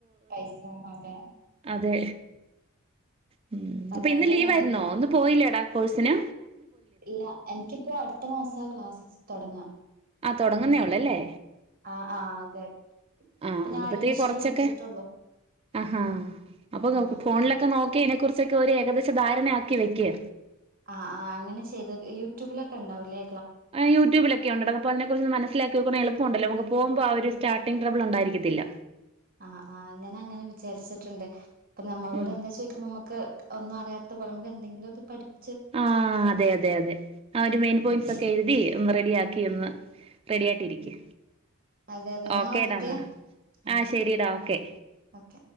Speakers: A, on the right (about 40°); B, on the right (about 25°).
A: പൈസ വേണം അതെ.
B: തെ ഹ്മ്മ്,
A: അതുകൊണ്ട്
B: പ്പോ ഇന്ന് ലീവായിരുന്നോ
A: നമുക്ക്
B: ഇന്ന് പോയില്ലേടാ കോഴ്‌സിന്
A: ഇല്ല എൻക്കിപ്പോ അടുത്ത മാസം സാ ക്ലാസസ് തുടങ്ങ.
B: ആ തൊടങ്ങുന്നേയൊള്ളല്ലേ,
A: ആഹ് ആഹ് അതെ
B: ആഹ്
A: ഇപ്പൊ ഞാൻ അഡ്മിഷൻ
B: പതിയെ കൊറച്ചൊക്കെ,
A: എടുത്തിട്ടുള്ളൂ
B: ആഹാ അപ്പൊ നോക്ക്
A: ആഹ്
B: ഫോണിലൊക്കെ നോക്ക ക്കി ഇതിനെ കുറിച്ചൊക്കെ ഒരു ഏകദേശ ധാരണയാക്കി വെക്ക് ക്കെ
A: ആഹ് ആഹ്, അങ്ങനെ ചെയ്തത് യൂട്യൂബിലൊക്കെ ഇണ്ടാവൂലേ
B: ആ യൂട്യൂബിലൊക്കെണ്ടട, അപ്പോ അതിനെ മനസ്സിലാക്കി വെക്കണേ എളുപ്പവൊണ്ടല്ലോ നമുക്ക് പോകുമ്പോ ആ ഒരു സ്റ്റാർട്ടിംഗ് ട്രബിൾ ഉണ്ടായിരിക്കത്തില്ല.
A: ആഹ് ആ അങ്ങനെ അങ്ങനെ വിചാരിച്ചിട്ടുണ്ട്. അപ്പ നമ്മളോട്
B: ഉം
A: എന്താ ചോയിക്കാ നമുക്ക് ഒന്നും അറിയാത്ത പോലെ നമുക്ക് എന്തെങ്കിലും ഒന്ന് പഠി
B: ആഹ് അതെ, അതെ, അതെ ആ ഒരു മെയിൻ
A: ഉം.
B: പോയിന്റ്സൊക്കെ എഴുതി ഒന്ന് റെഡിയാക്ക് എന്ന്. റെഡി ആയിട്ട് ഇരിക്ക്.
A: അതെ അതെ എന്നാ
B: ഓക്കേടാ
A: ഓക്കെ
B: എന്നാ
A: ആഹ്
B: ആ ശരിടാ ഓക്കെ.
A: ഓക്കെ